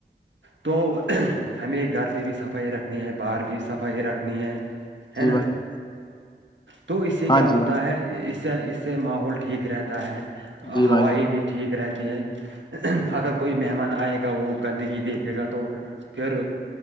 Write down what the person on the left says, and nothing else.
جی
بھائی جان
ہاں
جی بھائی
جی بھائی
جان